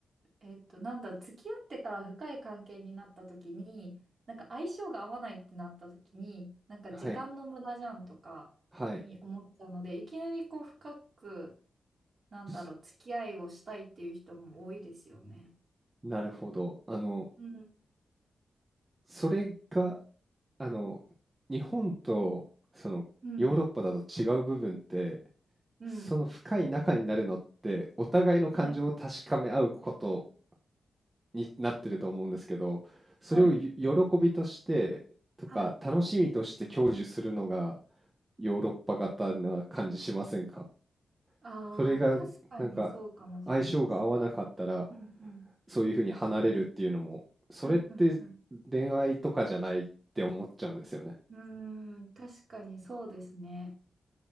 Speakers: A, on the right; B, on the right.
A: えっと、なんだ、付き合ってから深い関係になった時に、なんか相性が合わないってなった時に、なんか時間の無駄じゃんとかに思っちゃうので、
B: はい。はい。
A: いきなりこう深く、なんだろう、
B: す
A: 付き合いをしたいっていう人も多いですよね。
B: なるほど。あの、
A: うん、
B: それが、あの、日本と、その、
A: うん、
B: ヨーロッパだと違う部分って、
A: うん。
B: その深い仲になるのって、お互いの感情を確かめ合うこと
A: はい、
B: になってると思うんですけど、それをゆ喜びとして、
A: はい、
B: とか、
A: はい。
B: 楽しみとして享受するのが、ヨーロッパ型な感じしませんか
A: ああ、
B: それがなんか
A: 確かにそうかもしれないし。
B: 相性が合わなかったら
A: うん、うん、
B: そういうふうに離れるっていうのもそれって
A: うん、うん、う
B: 恋愛とかじゃないって思っちゃうんですよね。
A: ん。うーん、確かにそうですね。